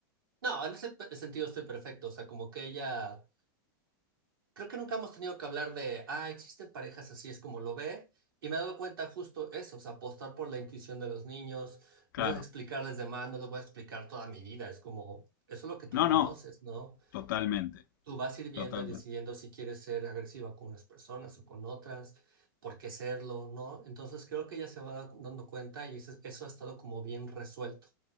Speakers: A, on the right; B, on the left.
A: No, en ese pe- sentido estoy perfecto. O sea, como que ella, creo que nunca hemos tenido que hablar de, ah, existen parejas así, es como lo ve. Y me he dado cuenta justo eso, o sea, apostar por la intuición de los niños,
B: Claro.
A: no es explicarles de más, no les voy a explicar toda mi vida, es como, eso es lo que tú
B: No,
A: conoces,
B: no,
A: ¿no?
B: totalmente,
A: Tú vas ir viendo
B: totalmente.
A: y decidiendo si quieres ser agresiva con unas personas o con otras, por qué serlo, ¿no? Entonces creo que ella se va da- dando cuenta y eso, eso ha estado como bien resuelto,